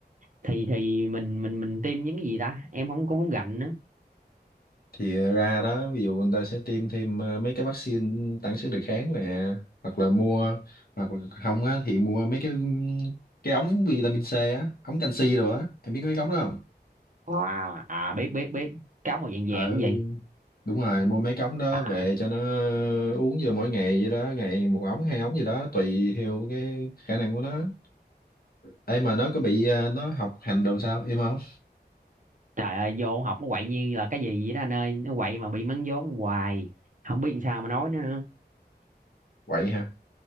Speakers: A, on the right (about 50°); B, on the left (about 60°).
A: thì thì mình mình mình tiêm những cái gì ta em không cũng không gành nữa
B: thì ra đó ví dụ người ta sẽ tiêm thêm ờ, mấy cái vaccine tăng sức đề kháng nè hoặc là mua hoặc là không á thì mua mấy cái cái ống vitamin C á ống canxi rồi á em biết mấy cái ống đó không
A: Wow. à biết biết biết cáo màu vàng vàng
B: ừ
A: cái gì
B: đúng rồi mua mấy cái ống đó
A: À,
B: về cho nó uống vô mỗi ngày vậy đó ngày một ống hai ống gì đó tùy theo cái khả năng của nó em mà nó có bị ờ, nó học hành đồ sao em không
A: Trời ơi, vô học nó quậy như là cái gì vậy đó anh ơi. Nó quậy mà bị mắng vốn hoài. Không biết làm sao mà nói nữa nữa.
B: quậy hả